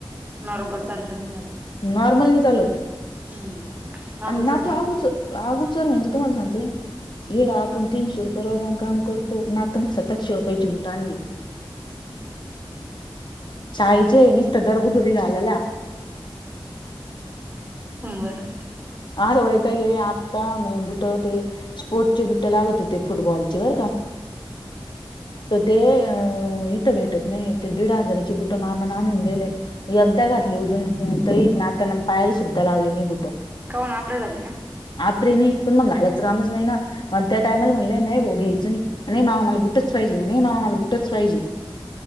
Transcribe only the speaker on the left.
नॉर्मल नाही चालत
आणि
ना तू
आगुचर आगोचर म्हणजे तुम्हाला सांगते येडा आपण तीनशे रुपये परवागम काम करतो नाताना सातचशे रुपयाची बुट आणली. शाळेचे नसत दरबुदुरी घालला.
आ वयता ये आत्ता बुट ते स्पोर्ट चे ब लागत होते फुटबॉलचे बर का तर ते अ भेटत नाही ते दीड हजाराची बुट मामाना आणून दिले एकदा घातली उजून तरी नाताना पायल सुद्धा लावली नि बुटो
आपरी नाही पण मग घालायचं कामच नाही ना त्या टाइमाला म्हणलेय नाही ब घ्यायच. नाही मामा मला बुटच पाहिजेण नाही मामाला बटच पाहिजे.